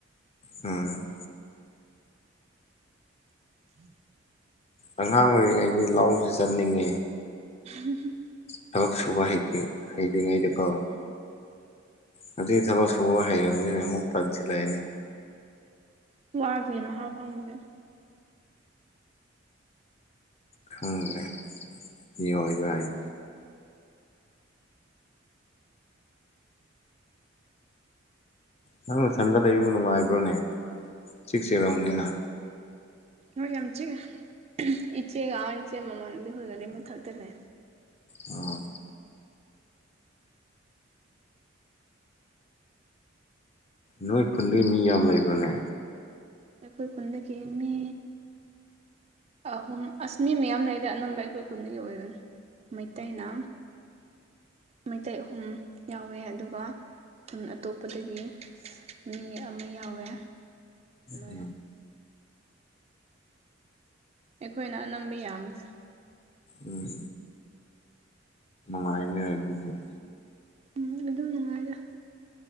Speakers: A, on the left (about 30°); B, on the right (about 30°).
A: ꯎꯝ
B: <inaudible>
A: ꯑꯉꯥꯡ ꯑꯣꯏꯔꯤꯉꯩꯗꯤ ꯂꯥꯎꯁꯤ ꯆꯠꯅꯤꯡꯉꯦ
B: <inaudible>
A: ꯊꯕꯛ ꯁꯨꯕ ꯍꯩ ꯍꯩꯇ꯭ꯔꯤꯉꯩꯗꯀꯣ
B: ꯎꯝ ꯎꯝ
A: ꯍꯧꯖꯤꯛ ꯊꯕꯛ ꯁꯨꯕ ꯍꯩꯔꯕꯅꯤꯅ ꯑꯃꯨꯛ ꯇꯟꯁꯤꯜꯂꯛꯏꯅꯦ
B: ꯋꯥꯕꯒꯤ ꯃꯍꯥꯎ ꯈꯪꯕꯒꯤ
A: ꯈꯪꯗ꯭ꯔꯦ ꯏꯏ ꯏ ꯅꯪꯅ ꯁꯟꯗ ꯂꯩꯕꯕꯨ ꯅꯨꯡꯉꯥꯏꯕ꯭ꯔꯣꯅꯦ ꯁꯤꯛꯁ ꯑꯦ ꯔꯥꯎꯟꯅꯤꯅ
B: ꯍꯣꯏ ꯌꯥꯝ ꯆꯤꯒ ꯏꯆꯦꯒ ꯏꯆꯦ ꯃꯃꯥꯟꯅꯕꯤ ꯍꯣꯏꯒꯗꯤ ꯃꯊꯛꯇꯔꯦ
A: ꯑꯣ ꯅꯣꯏ ꯈꯨꯟꯗꯩ ꯃꯤ ꯌꯥꯝ ꯂꯩꯕꯅꯦ
B: ꯑꯩꯈꯣꯏ ꯈꯨꯟꯗꯒꯤ ꯃꯤ ꯑꯍꯨꯝ ꯑꯁꯃꯤ ꯃꯌꯥꯝ ꯂꯩꯗ ꯑꯅꯝꯕ ꯑꯩꯈꯣꯏ ꯈꯨꯨꯟꯒꯤ ꯑꯣꯏꯕꯅꯤ ꯃꯩꯇꯩꯅ ꯃꯩꯇꯩ ꯑꯍꯨꯝ ꯌꯥꯎꯋꯦ ꯑꯗꯨꯒ ꯈꯨꯟ ꯑꯇꯣꯞꯄꯗꯒꯤ ꯃꯤ ꯑꯃ ꯌꯥꯎꯋꯦ ꯂꯣꯏꯔꯦ
A: ꯎꯝ
B: ꯑꯩꯈꯣꯏꯅ ꯑꯅꯝꯕ ꯌꯥꯝꯕ꯭ꯔꯥ
A: ꯎꯝ ꯁꯃꯥꯏꯅ ꯑꯗꯨꯗꯤ
B: ꯎꯝ ꯑꯗꯨꯝ ꯅꯨꯡꯉꯥꯏꯔ